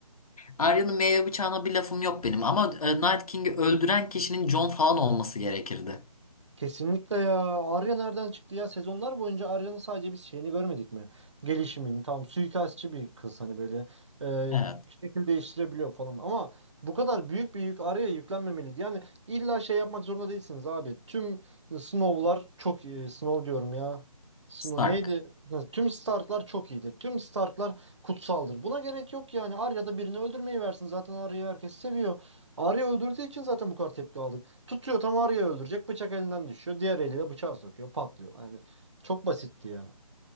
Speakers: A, on the left; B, on the right.
A: Arya'nın meyve bıçağına bir lafım yok benim ama e, Night King'i öldüren kişinin Jon falan olması gerekirdi.
B: Kesinlikle ya. Arya nereden çıktı ya? Sezonlar boyunca Arya'nın sadece biz şeyini görmedik mi? Gelişimini. Tamam suikastçı bir kız hani böyle e,
A: Evet,
B: şekil değiştirebiliyor falan. Ama bu kadar büyük bir yük Arya'ya yüklenmemeliydi. Yani illa şey yapmak zorunda değilsiniz abi. Tüm Snow'lar çok iyi. Snow diyorum ya. Snow
A: Stark.
B: neydi? Ha, Tüm Stark'lar çok iyidir. Tüm Stark'lar kutsaldır. Buna gerek yok yani. Arya da birini öldürmeyi versin. Zaten Arya'yı herkes seviyor. Arya öldürdüğü için zaten bu kadar tepki aldı. Tutuyor tam arıyı öldürecek. Bıçak elinden düşüyor. Diğer eliyle bıçağı sokuyor. Patlıyor. Yani çok basitti ya.